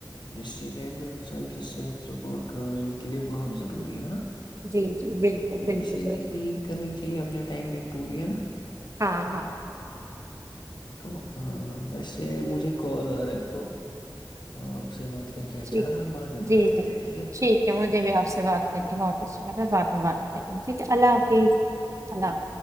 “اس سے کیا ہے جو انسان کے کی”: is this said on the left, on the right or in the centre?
Left